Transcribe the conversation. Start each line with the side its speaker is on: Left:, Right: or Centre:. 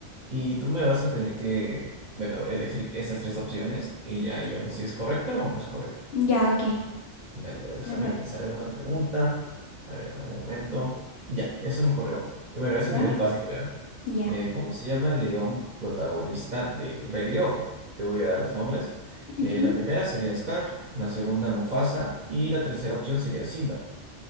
Right: Y tú me vas a tener que, bueno, elegir esas tres opciones y ya ahí vemos si es correcta o no es correcta.
Left: ya, ok,
Right: Dale, a ver, déjame
Left: me parece.
Right: pensar en una pregunta. A ver, dame un momento. Ya, ya se me ocurrió una. Y Bueno, ese es
Left: Ya,
Right: nivel básico, ¿ya?
Left: ya.
Right: Eh, ¿cómo se llama el león protagonista del Rey León? Te voy a dar los nombres.
Left: Ujú.
Right: Eh, la primera sería Scar, la segunda Mufasa y la tercera opción sería Simba.